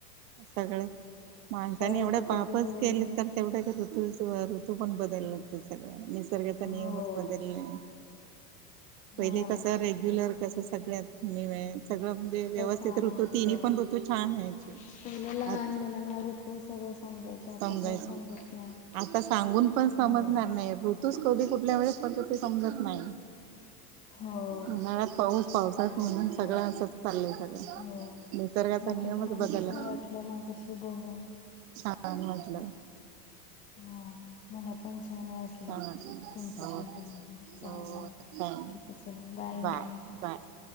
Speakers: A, on the right; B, on the left.
A: सगळेच माणसांने एवढं
B: ऋतू
A: पांपच
B: कधी येईल
A: केलें तर तेवढं ऋतू पणं बदलल्या ते सगळं निसर्गाचा
B: हो
A: नियमच बदलला पहिले
B: हा
A: कसं
B: तेच
A: रेग्युलर
B: ना
A: कसं सगळ्यांत मिळांयंचं- सगळं म्हणजे व्यवस्थित
B: छान
A: ऋतु
B: होत
A: तिन्हीं पणं ऋतु छान व्हायचे.
B: पहिलं लहान
A: आंत
B: मुलांना ऋतू सगळं समजायचं आता
A: समजायचं
B: काही समजत नाही
A: आंता सांगून पण स- समजणार
B: हो
A: नाहीं ऋतूस कधीं कुठल्या वेळेस पडतो ते समजतं नायी.
B: हो
A: उन्हाळ्यांत पाऊस पावसाळ्यांत
B: काय
A: ऊन्ह
B: आता
A: सगळं असचं चाललंय सगळं निसर्गाचा-
B: हो
A: निसर्गाचा
B: बाकी
A: नियमंच
B: तुम्हाला
A: बदललां-
B: कसं वाटलं माझ्यांशी बोलून-
A: छान वाटल.
B: हा मला पण छान वाटलं
A: हां हों
B: तुमच्याशी बोलून चालेल
A: हों छान
B: ठीक आहे चला
A: बाय.
B: मग
A: बाय.